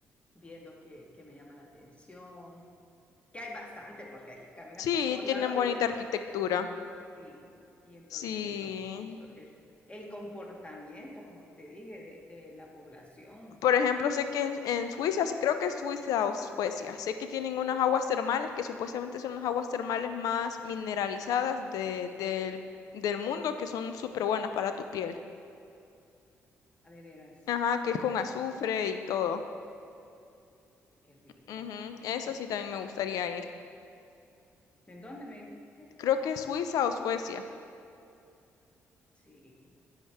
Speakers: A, on the left; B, on the left.
A: viendo que, que me llama la atención, que hay bastante, porque ahí caminas
B: Sí,
A: por todos lados
B: tienen bonita
A: y,
B: arquitectura.
A: sí y entonces
B: Sí.
A: eso, eso, eso. El comportamiento, como te dije, de, de la población,
B: Por ejemplo, sé que en, en Suiza, sí, creo que es Suiza o Suecia, sé que tienen unas aguas termales que supuestamente son las aguas termales más mineralizadas de- del, del mundo, que son súper buenas para tu piel.
A: ah, de veras.
B: Ajá, que es con azufre y todo.
A: Qué rico.
B: Ujú, Eso
A: ¿Mm?
B: sí también me gustaría ir.
A: ¿En dónde me dijiste que era?
B: Creo que es Suiza o Suecia.
A: Sí,